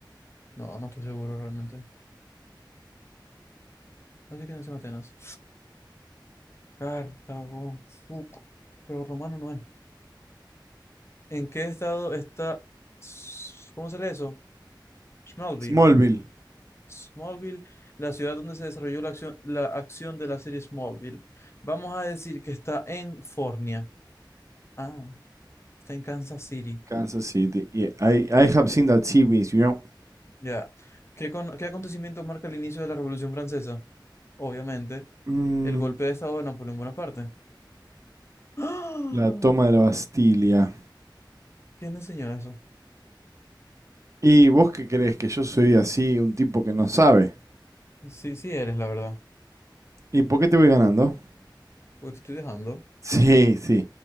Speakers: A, on the left; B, on the right.
A: No, no estoy seguro realmente. Así que nació en Atenas. Cartago. Fuck. Pero romano no es. ¿En qué estado está, S- ¿cómo se lee eso? Smallville.
B: Smallville,
A: Smallville, la ciudad donde se desarrolló la acción, la acción de la serie Smallville. Vamos a decir que está en Fornia. Ah, está en Kansas City.
B: Kansas City. Yeah, I, I have seen that series, you know.
A: Ya. ¿Qué, con- qué acontecimiento marca el inicio de la Revolución Francesa? Obviamente,
B: Mm,
A: el golpe de estado de Napoleón Bonaparte. ¡Ah!
B: la toma de la Bastilla.
A: ¿Quién te enseñó eso?
B: ¿Y vos qué crees? ¿Que yo soy así, un tipo que no sabe?
A: Sí, sí eres, la verdad.
B: ¿Y por qué te voy ganando? <laughs>
A: Porque te estoy dejando.
B: Sí, sí.